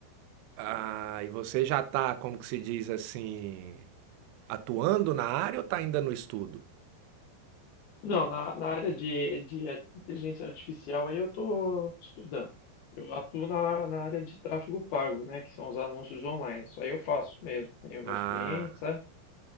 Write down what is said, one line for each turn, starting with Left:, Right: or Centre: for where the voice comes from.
Right: ah, e você já tá, como que se diz assim, atuando na área ou tá ainda no estudo?
Left: Não, na, na área de, de inteligência artificial aí eu estou estudando. Eu atuo na, na área de tráfego pago, né? Que são os anúncios online. Isso aí eu faço mesmo. Tenho
Right: Ah,
Left: meus clientes, sabe?